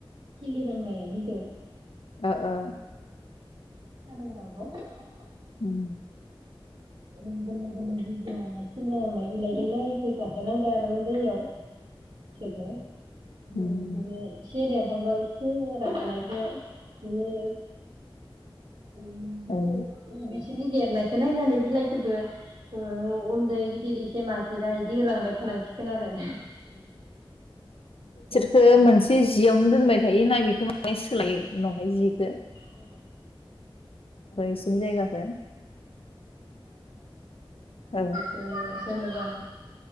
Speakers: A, on the right; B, on the left.
A: खिलि जेननाय बिजौ।
B: ओ ओ
A: खोनादों बा आब'? <unintelligible>
B: उम
A: ओ गोरलै गोरलै बिजौ बिलाय गोरलैखो जाहोनांगोन आरो उन्दैयाव। <unintelligible>
B: उम
A: बिदिनो एसे देरहांबा एसे राहांनायखो बिदिनो <unintelligible>
B: औ उम
A: बिसोरनि देरनायखौ नायनानै बिलाइखौबो ओ उन्दै गिदिर एसे माजेरा बिदि होलांबाय थानांसिगोन आरो।
B: ओ मोनसे जियावनो दोनबाय थायो ना बेखौ माय सोलायो उनावहाय जिखौ?
A: <unintelligible>
B: इसोरनि जायगाखो ओ
A: जेनेबा